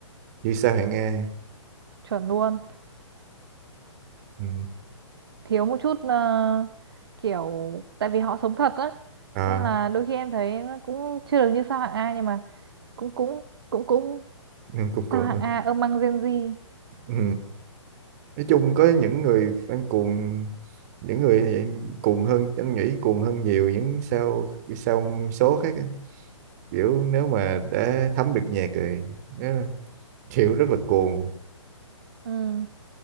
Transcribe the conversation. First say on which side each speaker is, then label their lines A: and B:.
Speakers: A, on the right (about 30°); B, on the right (about 50°).
A: như sao hạng A
B: chuẩn luôn
A: ừ.
B: thiếu một chút ờ, kiểu tại vì họ sống thật á
A: à
B: nên là đôi khi em thấy nó cũng chưa được như sao hạng A nhưng mà cũng cũng cũng cũng
A: ừ, cũng cũng
B: Sao hạng
A: hả?
B: A ông mang Gen Z?
A: ừ. nói chung có những người fan cuồng những người thì cuồng hơn anh nghĩ cuồng hơn nhiều những sao sao số khác á. kiểu nếu mà đã thấm được nhạc rồi nó kiểu rất là cuồng
B: Ừ,